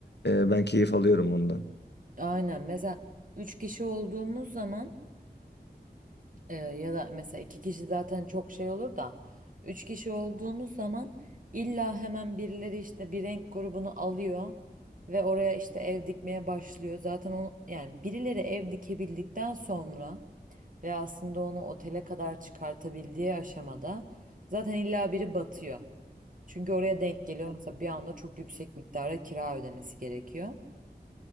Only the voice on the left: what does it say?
Ee, ben keyif alıyorum ondan.